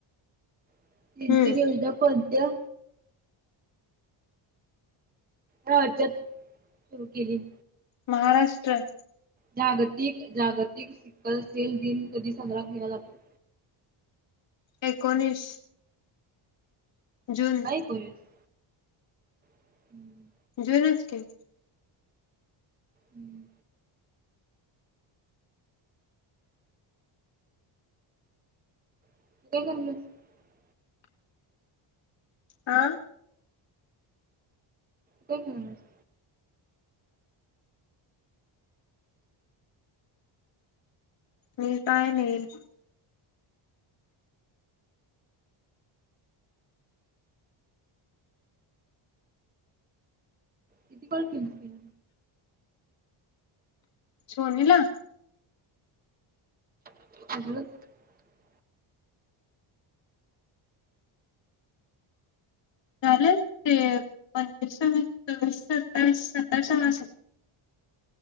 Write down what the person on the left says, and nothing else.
हम्म
महाराष्ट्र.
एकोणीस. जून
जुनच की.
आ
मी काय नाही.
सोनीला?
झालेत ते पंचवीस सव्वीस सव्वीस सत्तावीस सत्तावीसावा असेल.